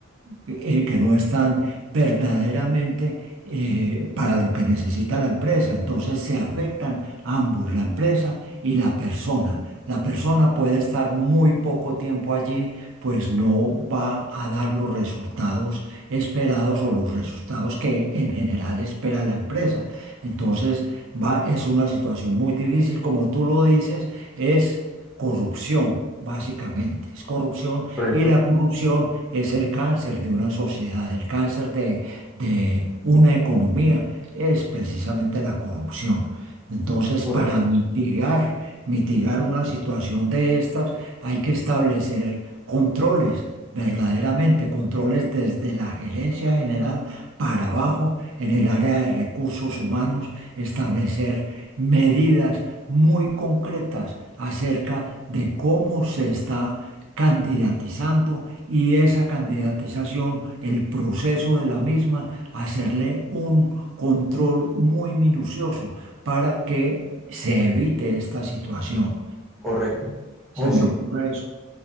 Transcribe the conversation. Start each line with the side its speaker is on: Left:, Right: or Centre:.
Right: eh, que no están verdaderamente eh, para lo que necesita la empresa. Entonces se afectan ambos, la empresa y la persona. La persona puede estar muy poco tiempo allí, pues no va a dar los resultados esperados o los resultados que en general espera la empresa. Entonces va, es una situación muy difícil, como tú lo dices, es corrupción, básicamente. Es corrupción
Centre: correcto,
Right: y la corrupción es el cáncer de una sociedad, el cáncer de, de una economía es precisamente la corrupción. Entonces,
Centre: correcto.
Right: para mitigar, mitigar una situación de estas, hay que establecer controles, verdaderamente controles desde la gerencia general para abajo, en el área de recursos humanos, establecer medidas muy concretas acerca de cómo se está candidatizando y esa candidatización, el proceso de la misma, hacerle un control muy minucioso para que se evite esta situación.
Centre: Correcto. José,
Right: Se me ocurre eso.